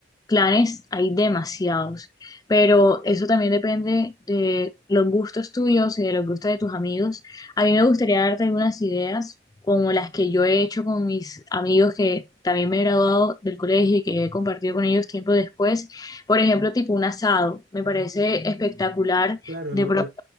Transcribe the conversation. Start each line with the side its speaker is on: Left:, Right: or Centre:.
Left: planes hay demasiados, pero eso también depende de los gustos tuyos y de los gustos de tus amigos. A mí me gustaría darte algunas ideas, como las que yo he hecho con mis amigos que también me he graduado del colegio y que he compartido con ellos tiempo después. Por ejemplo, tipo un asado, me parece espectacular.
Right: Claro,
Left: De
Right: lo,
Left: pronto,
Right: lo-